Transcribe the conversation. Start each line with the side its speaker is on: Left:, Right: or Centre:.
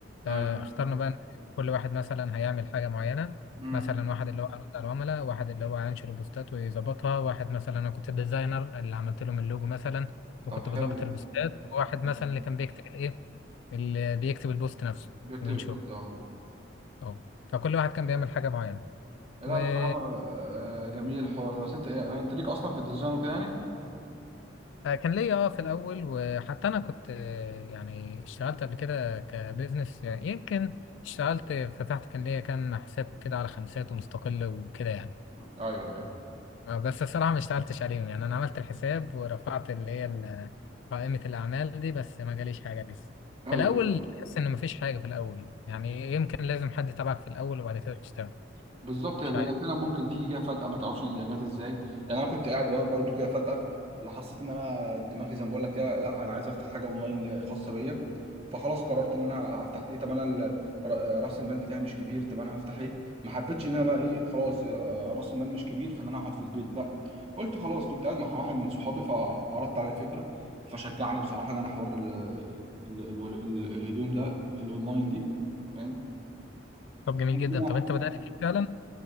Left: آه،
Right: ايوه
Left: اخترنا بقى كل واحد مثلا هيعمل حاجه معينه
Right: امم
Left: مثلا واحد اللي هو هيرد على العملاء واحد اللي هو هينشر بوستات ويظبطها واحد مثلا انا كنت الديزاينر اللي عملت لهم اللوجو مثلا وكنت
Right: طب حلو
Left: بظبط البوستات وواحد مثلا
Right: أمم.
Left: اللي كان بيكتب ايه اللي بيكتب البوست نفسه
Right: جبت
Left: وينشره
Right: البوست اه
Left: اه فكل واحد كان بيعمل حاجة معينة
Right: لا
Left: وكان
Right: بصراحة آه، جميل الحوار ده بس انت آه، انت ليك اصلا في الديزاين وكده يعني؟
Left: ليا اه في الأول وحتى أنا كنت آه، يعني اشتغلت قبل كده كبزنس يعني يمكن اشتغلت فتحت كان ليا كان حساب كده على خمسات ومستقل وكده يعني
Right: ايوه ايوه
Left: آه، بس الصراحة ما اشتغلتش عليهم يعني أنا عملت الحساب ورفعت اللي هي ال- قائمة الأعمال دي بس ما جاليش حاجة لسه
Right: ايوه
Left: في الأول تحس إن مفيش حاجة في الأول يعني يمكن لازم حد تبعك في الأول وبعد كده تشتغل
Right: بالظبط هي
Left: مش
Right: هي
Left: عارف
Right: فعلا ممكن تيجي كده فجأة ما تعرفش هي جت ازاي يعني انا كنت قاعد بر- برضو كده فجأة لا حسيت ان انا دماغي زي ما بقول لك كده لا انا عايز افتح حاجة اونلاين ل- خاصة بيا فخلاص قررت ان انا هفتح ايه طب انا ال- ر- راس المال بتاعي مش كبير طب انا هفتح ايه ما حبيتش ان انا بقى ايه خلاص آه، آه، راس المال مش كبير فان انا اقعد في البيت لا قلت خلاص كنت قاعد مع واحد من صحابي فعرضت عليه الفكرة فشجعني بصراحة ان انا حوار ال- ال- ال- ال- الهدوم ده الاونلاين دي فاهم
Left: طب جميل
Right: عندنا
Left: جدا طب انت بدأت فيه فعلا